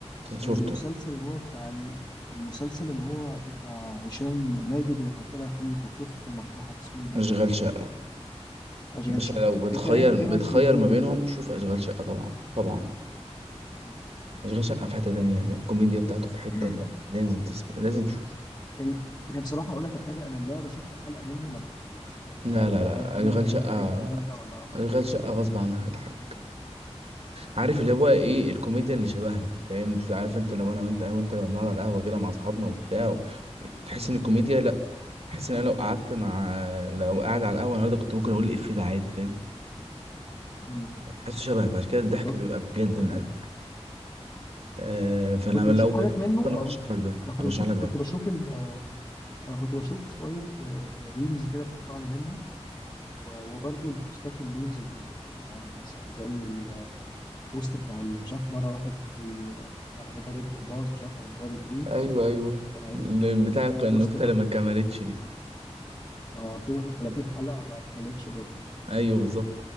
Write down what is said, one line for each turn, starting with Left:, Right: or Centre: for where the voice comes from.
Left: والمسلسل
Right: شفته
Left: اللي هو بتاع ال- المسلسل اللي هو بتاع هشام ماجد اللي كان طالع فيه الدكتور في المشرحه ده اسمه
Right: اشغال
Left: ايه
Right: شقة
Left: اشغال
Right: مش
Left: شقه
Right: لو بتخير
Left: انت ايه إيه رايك
Right: بتخير
Left: في الاثنين
Right: ما
Left: دول
Right: بينهم شوف اشغال شقة طبعا طبعا
Left: مم.
Right: اشغال شقة في حتة تانية الكوميديا بتاعته في حتة
Left: <clears throat>
Right: تانية لازم تسم... لازم تشوف
Left: ال- يعني بصراحه اقول لك على حاجه انا اللعبه شفت حلقه منه ما ضحكنيش فمش
Right: لا
Left: عارف
Right: لا
Left: بقى
Right: لا
Left: انا
Right: اشغال
Left: انا
Right: شقة
Left: انا اللي عيب فيا انا ولا
Right: اشغال شقة غصب عنك هتضحك عارف
Left: مم.
Right: اللي هو ايه الكوميديا اللي شبهنا فاهم عارف انت لو انا وانت انا وانت لو بنقعد على القهوة كده مع اصحابنا وبتاع و- تحس
Left: مم.
Right: ان الكوميديا بحس ان انا لو قعدت مع لو قاعد على القهوه النهارده كنت ممكن اقول الإفيه ده عادي فاهم
Left: مم.
Right: بحسه شبهك وعشان كده الضحك
Left: بالظبط
Right: بيبقى بجد
Left: <clears throat>
Right: من قلبك آه
Left: انا
Right: فانا
Left: كنت بشوف
Right: لو ب...
Left: حاجات منه
Right: ممكن ارشح
Left: او
Right: لك ده
Left: انا كنت
Right: ارشح
Left: بشوف
Right: لك ده
Left: كنت بشوف ال... انا كنت بشوف شويه آه، ريلز كده بتطلع لي منه و- وبرضه البوستات الميمز اللي كانت بتتكتب عنه مثلا زي البوست بتاع ال- مش عارف مره واحد بي- بتاع مدرب جمباز مش عارف ولا مدرب ايه
Right: ايوه ايوه
Left: كان عايز
Right: ال- بتاع النكته
Left: بوست ده
Right: اللي ما كملتش دي
Left: اه طول من 30
Right: مم.
Left: حلقه ما كملتش برضه
Right: ايوه بالظبط